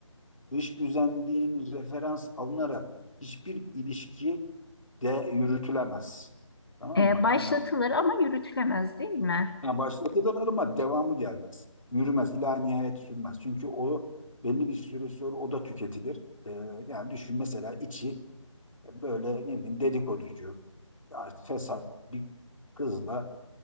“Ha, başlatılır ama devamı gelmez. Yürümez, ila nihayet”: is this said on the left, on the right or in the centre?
Left